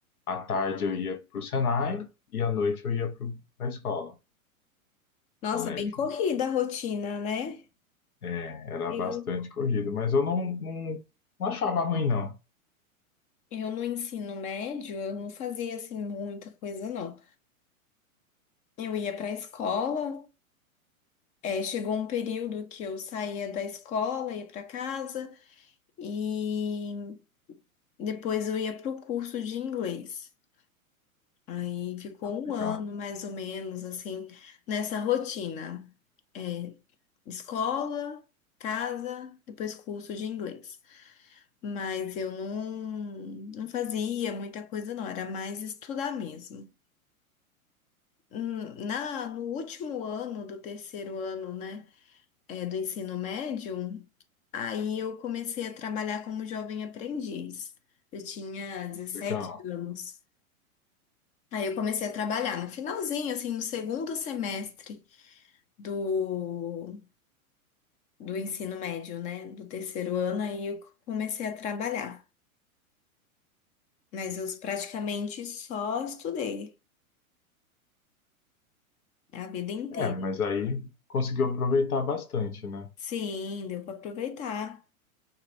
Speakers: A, on the left (about 85°); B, on the left (about 20°).
A: à tarde eu ia para o Senai e à noite eu ia para a escola,
B: Nossa,
A: colégio.
B: bem corrida
A: né?
B: a rotina, né?
A: É, era
B: Eu,
A: bastante corrido, mas eu não, não, não achava ruim, não.
B: eu no ensino médio, eu não fazia assim muita coisa, não. Eu ia para a escola, eh, chegou um período que eu saía da escola, ia para casa e depois eu ia para o curso de inglês. Aí ficou
A: Ah, Legal,
B: um ano mais ou menos assim nessa rotina. É, escola, casa, depois curso de inglês. Mas eu não, não fazia muita coisa, não, era mais estudar mesmo. Hum, Na, no último ano do terceiro ano, né, é, do ensino médio, aí eu comecei a trabalhar como jovem aprendiz. Eu tinha dezessete
A: legal.
B: anos. Aí eu comecei a trabalhar no finalzinho, assim, no segundo semestre do, do ensino médio, né, do terceiro ano, aí eu comecei a trabalhar. Mas eu praticamente só estudei. É A vida inteira.
A: É, mas aí conseguiu aproveitar bastante, né?
B: Sim, deu para aproveitar,